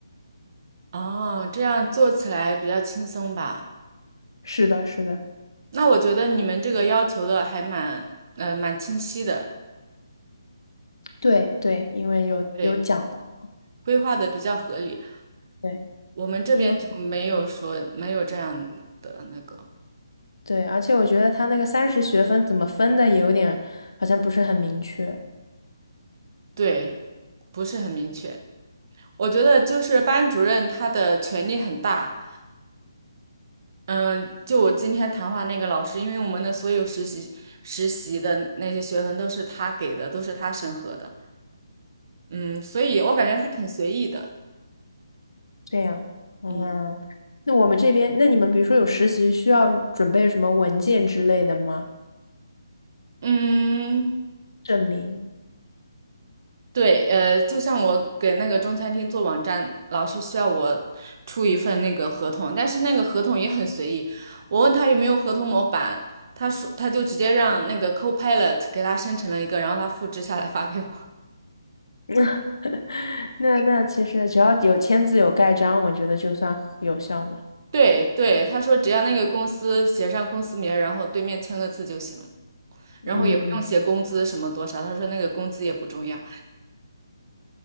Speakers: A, on the right (about 50°); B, on the left (about 75°).
A: 哦，这样做起来比较轻松吧？
B: 是的，是的，
A: 那我觉得你们这个要求的还蛮呃蛮清晰的，
B: 对对，因为有有讲到。
A: 对，规划的比较合理。
B: 对。
A: 我们这边就没有说没有这样的那个，
B: 因为。嗯对，而且我觉得他那个三十学分怎么分的也有点，好像不是很明确。
A: 对，不是很明确。我觉得就是班主任他的权力很大，嗯，就我今天谈话那个老师，因为我们的所有实习实习的那些学分都是他给的，都是他审核的，嗯，所以我感觉他挺随意的，
B: 这样，嗯，
A: 嗯
B: 那我们这边，那你们比如说有实习需要准备什么文件之类的吗？
A: 嗯。
B: 证明？
A: 对，呃，就像我给那个中餐厅做网站，老是需要我出一份那个合同，但是那个合同也很随意。我问他有没有合同模板，他说他就直接让那个 Copilot 给他生成了一个，然后他复制下来发给我。
B: <laughs> 那那其实只要有签字有盖章，我觉得就算有效嘛。
A: <laughs> 对对，他说只要那个公司写上公司名儿然后对面签个字就行了
B: 嗯，
A: 然后也不用写工资什么多少。他说那个工资也不重要，